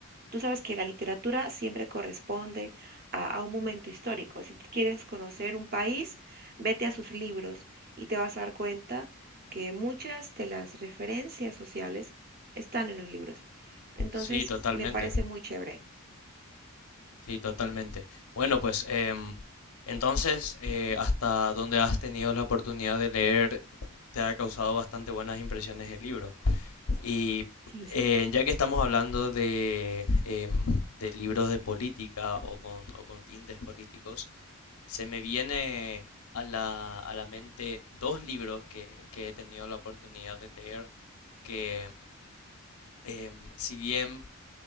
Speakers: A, on the right (about 45°); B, on the left (about 80°).
A: tú sabes que la literatura siempre corresponde a, a un momento histórico. Si tú quieres conocer un país, vete a sus libros y te vas a dar cuenta que muchas de las referencias sociales están en los libros. Entonces,
B: Sí, totalmente.
A: me parece muy chévere.
B: Sí, totalmente. Bueno, pues em, entonces, eh, ¿hasta dónde has tenido la oportunidad de leer? Te ha causado bastante buenas impresiones el libro. Y
A: Sí,
B: eh,
A: sí.
B: ya que estamos hablando de, em, de libros de política o con, o con tintes políticos, se me viene a la, a la mente dos libros que, que he tenido la oportunidad de leer que, em, si bien